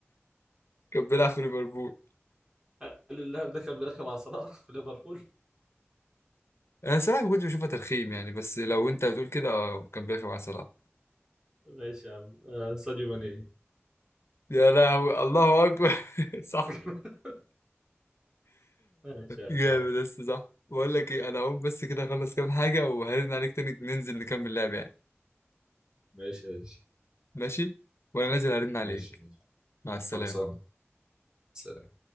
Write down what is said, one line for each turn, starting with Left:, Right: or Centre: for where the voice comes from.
Left: كان بيلعب في ليفربول
Right: هل اللاعب ده كان بيركب على صلاح <laughs> في ليفربول؟
Left: أنا صراحة ما كنتش بشوفها ترخيم يعني بس لو أنت بتقول كده اه كان بيلعب مع صلاح
Right: ماشي يا عم آه، ساديو ماني
Left: يا لهوي الله أكبر <laughs> صح
Right: <laughs> ماشي يا
Left: جامد
Right: عم
Left: بس صح بقول لك ايه انا هقوم بس كده اخلص كام حاجة وهرن عليك تاني ننزل نكمل لعب يعني
Right: ماشي يا باشا
Left: ماشي وانا نازل هرن
Right: ماشي
Left: عليك
Right: ماشي.
Left: مع السلامة
Right: خلصان سلام